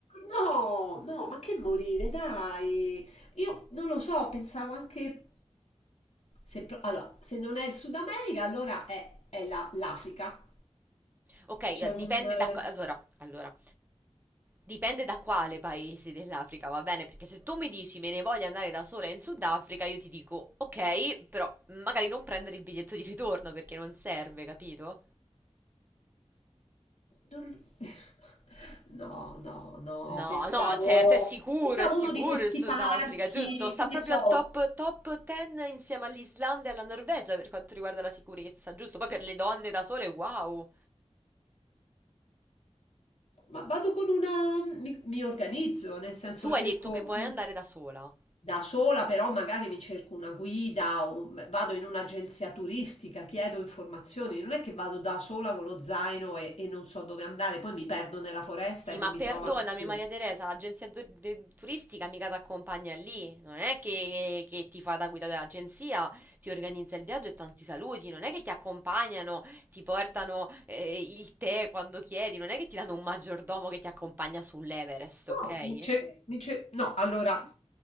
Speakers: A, on the left (about 65°); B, on the right (about 15°).
A: No, no, ma che morire, dai. Io non lo so, pensavo anche... Se, pro- allora, se non è il Sud America, allora è, è la- l'Africa.
B: Ok, eh,
A: C'è un...
B: dipende
A: eh,
B: da... co- Allora, allora, Dipende da quale paese dell'Africa, va bene? Perché se tu mi dici me ne voglio andare da sola in Sudafrica, io ti dico ok, però magari non prendere il biglietto di ritorno perché non serve, capito?
A: Non- <laughs> No, no, no,
B: No,
A: pensavo,
B: no, certo, è sicuro,
A: pensavo
B: è sicuro
A: uno di questi
B: il Sudafrica,
A: parchi,
B: giusto? Sta
A: che
B: proprio
A: ne so.
B: al top, top 10 insieme all'Islanda e alla Norvegia per quanto riguarda la sicurezza, giusto? Poi per le donne da sole, wow!
A: Ma vado con una, mi, mi organizzo, nel senso
B: Tu
A: cerco
B: hai detto che vuoi andare da sola.
A: da sola, però magari mi cerco una guida, o m- vado in un'agenzia turistica, chiedo informazioni, non è che vado da sola con lo zaino e, e non so dove andare, poi mi perdo nella foresta
B: Sì,
A: e non
B: ma
A: mi
B: perdonami
A: trovano più.
B: Maria Teresa, l'agenzia du- de- turistica mica ti accompagna lì, non è che, che ti fa da guida dell'agenzia, ti organizza il viaggio e tanti saluti, non è che ti accompagnano, ti portano eh, il tè quando chiedi, non è che ti danno un maggiordomo che ti accompagna sull'Everest, ok?
A: No, mi cer- mi cer- no, allora